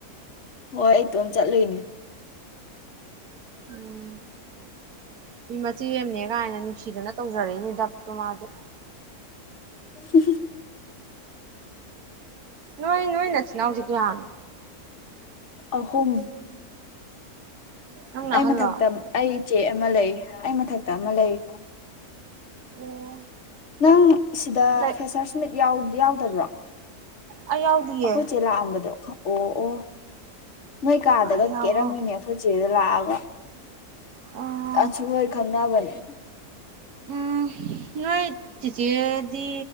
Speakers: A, on the left; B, on the right.
A: ꯍꯣꯏ ꯑꯩꯇꯣꯝ ꯆꯠꯂꯨꯏꯅꯦ
B: ꯎꯝ ꯃꯤ ꯃꯆꯦ ꯑꯃꯅꯦ ꯀꯥꯏꯅ ꯅꯨꯡꯁꯤꯗꯅ ꯇꯧꯖꯔꯛꯏꯅꯦ ꯗꯞꯇꯣ ꯃꯥꯁꯨ
A: ꯍꯨꯝ ꯍꯨꯝ
B: ꯅꯣꯏ ꯅꯣꯏ ꯅꯁꯤ ꯅꯥꯎꯖꯦ ꯀꯌꯥꯅꯣ
A: ꯑꯍꯨꯝ
B: ꯅꯪꯅ
A: ꯑꯩ
B: ꯑꯍꯜꯂꯣ
A: ꯃꯊꯛꯇ ꯑꯩ ꯆꯦ ꯑꯃ ꯂꯩ ꯑꯩ ꯃꯊꯛꯇ ꯑꯃ ꯂꯩꯔꯤ
B: ꯑꯣ
A: ꯅꯪ ꯁꯤꯗ
B: ꯂꯩ
A: ꯐꯦꯁꯔꯁ ꯃꯤꯠ ꯌꯥꯎ ꯌꯥꯎꯗꯕ꯭ꯔꯣ
B: ꯑꯩ ꯌꯥꯎꯗꯤꯌꯦ
A: ꯑꯈꯣꯏ ꯆꯦ ꯂꯥꯛꯑꯝꯕꯗꯣ ꯑꯣ ꯑꯣ ꯅꯣꯏ ꯀꯥꯗꯒ
B: ꯑꯩ ꯌꯥꯎꯍꯧ
A: ꯀꯦꯔꯝꯃꯤꯅꯦ ꯑꯩꯈꯣꯏ ꯆꯦꯗꯣ ꯂꯥꯛꯑꯒ
B: ꯑꯣ
A: ꯗꯥꯁꯨꯍꯣꯏ ꯈꯪꯅꯕꯅꯦ
B: ꯎꯝ ꯅꯣꯏ ꯆꯤꯆꯦꯗꯤ